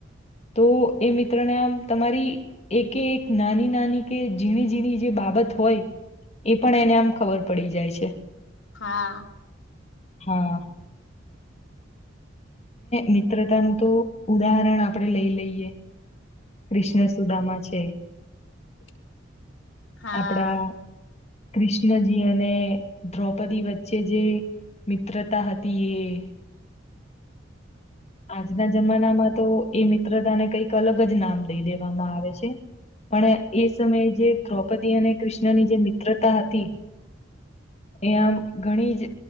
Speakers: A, on the left; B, on the left.
A: તો એ મિત્રને આમ તમારી એકે એક નાની નાની કે ઝીણી ઝીણી જે બા બાબત હોય એ પણ એને આમ ખબર પડી જાય છે.
B: હા.
A: હા. મિત્રતાનું તો ઉદાહરણ આપણેે લઈ લઈએ. કૃષ્ણ સુદામા છે,
B: <inaudible> હા
A: આપણા કૃષ્ણજી અને દ્રૌપદી વચ્ચે જે મિત્ર તઃ ત એે આજના જમાનામાં તો એ મિત્રતાને કઈક અલગ જ નામ દઈ દેવામાં આવે છે. પણ એ સમયે જે દ્રૌપદી અને કૃષ્ણની જે મિત્રતા હતી. એ આમ ઘણી જ